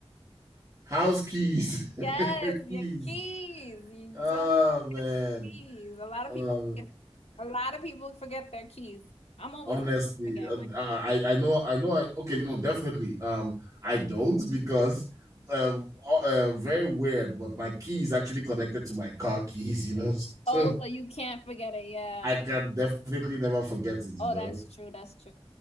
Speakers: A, on the right; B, on the left.
A: house keys,
B: Yes,
A: <laughs> keys.
B: your keys. You
A: Oh
B: don't want
A: man.
B: to forget your keys. A lot of
A: Um,
B: people forget, a lot of people forget their keys. I'm always
A: Honestly,
B: forgetting
A: uh,
B: my
A: uh,
B: keys.
A: I I know I know I okay no definitely um I don't because um uh, uh, very weird but my key is actually connected to my car keys you know <laughs> so
B: Oh, so you can't forget it. Yeah.
A: I can definitely never forget it you
B: Oh,
A: know
B: that's true. That's true.